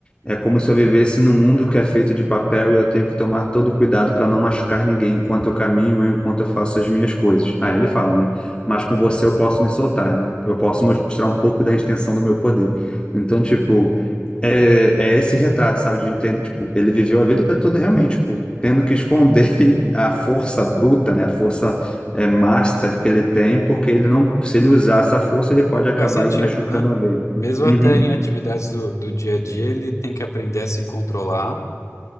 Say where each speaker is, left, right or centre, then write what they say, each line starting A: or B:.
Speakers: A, on the left; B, on the left.
A: É como se eu vivesse num mundo que é feito de papel e eu tenho que tomar todo cuidado para não machucar ninguém enquanto eu caminho, enquanto eu faço as minhas coisas. Aí ele fala, né? Mas com você eu posso me soltar, né? Eu posso mostrar um pouco da extensão do meu poder. Então, tipo. É, é esse retrato, sabe, de entender, tipo, ele viveu a vida toda realmente, tipo, tendo que esconder <laughs> a força bruta, né, a força é, master que ele tem, porque ele não, se ele usar essa força, ele pode acabar
B: Faz sentido,
A: aí machucando
B: né?
A: alguém.
B: Mesmo
A: Uhum,
B: até em atividades do, do dia a dia, ele tem que aprender a se controlar.